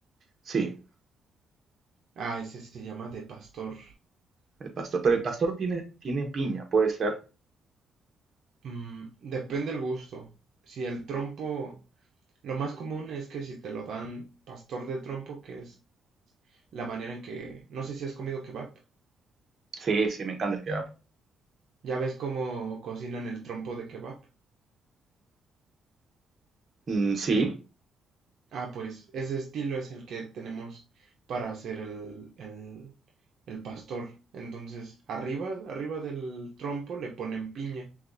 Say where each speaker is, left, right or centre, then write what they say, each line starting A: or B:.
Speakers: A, on the right; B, on the right.
A: Sí,
B: Ah, ese se llama de pastor.
A: el pastor. Pero el pastor tiene, tiene piña, puede ser.
B: Mm, depende del gusto. Si el trompo, lo más común es que si te lo dan pastor de trompo, que es la manera en que, no sé si has comido kebab,
A: Sí, sí, me encanta el que
B: ya ves cómo cocinan el trompo de kebab.
A: Mm, sí,
B: Ah, pues ese estilo es el que tenemos para hacer el, el, el pastor. Entonces, arriba, arriba del trompo le ponen piña,